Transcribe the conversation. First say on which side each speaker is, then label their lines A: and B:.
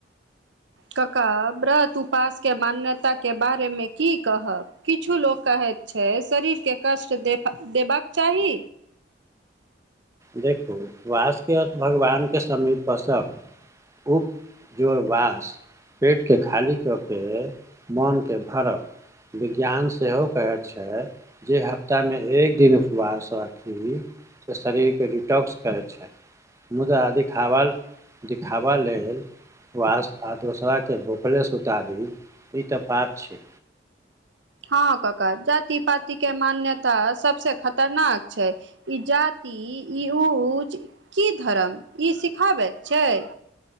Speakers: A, on the right; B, on the right.
A: कक्का व्रत उपासके मान्यताके बारेमे की कहब किछु लोक कहैत, छैय शरीरके कष्ट दे देबक चाही।
B: देखू वासके अर्थ भगवानके समीपपस, उपजोड़वास, पेट के खाली क के मोन के भरब, विज्ञान सेहो कहै छैय, जे हफ्तामे एक दिन उपवास अथी शरीरके डिटॉक्स करै छैय। मुदा दिखावल दिखावा लेल, व्वास् आर दोसराके बोखले सुतादी ई त पाप छै।
A: हँ कक्कार जाति पाति के मान्यता सबसे खतरनाक छैय। ई जाति ई ऊचं की धर्म ई सिखाबैत छैय।